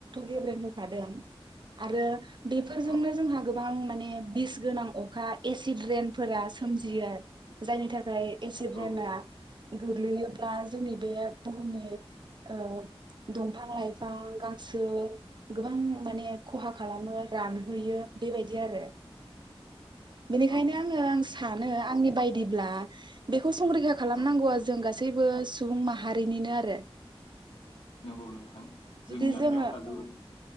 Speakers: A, on the right; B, on the left.
A: गेब्रें होफादों आरो बेफोरजोंनो
B: औ
A: जोंहा गोबां माने बिस गोनां अखा एसिड रेनफोरा सोमजियो जायनि थाखाय एसिड होना
B: औ
A: गोग्लैयोब्ला जोंनि बे बुहुमनि ओ दंफां लाइफां गांस ओ गोबां माने खहा खालामो रानहोयो बेबायदि आरो। बेनिखायनो
B: औ
A: आङो आं सानो आंनि बायदिब्ला बेखौ संरैखा खालामनांगौआ
B: औ
A: जों गासैबो सुबुं माहारिनिनो आरो।
B: नंगौ नोंथा। थां जोंनि
A: जुदि
B: आखाइयावनो
A: जोङो
B: थाजोबो।
A: औ